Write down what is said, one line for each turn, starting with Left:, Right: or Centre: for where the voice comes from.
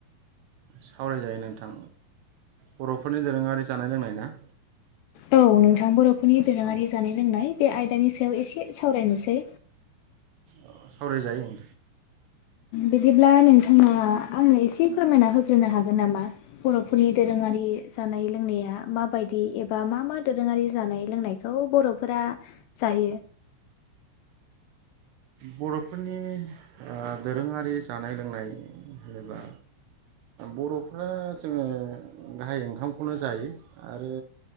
Right: सावरायजायो नोंथां बर'फोरनि दोरोङारि जानाय लोंनाय ना?
Left: औ नोंथां बर'फोरनि दोरोङारि
Right: औ
Left: जानाय लोंनाय बे आयदानि सायाव एसे सावरायनोसै।
Right: अ सावरायजायो ओं।
Left: बिदिब्ला नोंथाङा आंनो एसे फोरमायना होग्रोनो हागोन नामा बर'फोरनि दोरोङारि जानाय लोंनाया माबायदि एबा मा मा दोरोङारि जानाय लोंनायखौ बर'फोरा जायो?
Right: बर'फोरनि ओ दोरोङारि जानाय लोंनाय होनोब्ला बर'फ्रा जोङो गाहाय ओंखामखौनो जायो आरो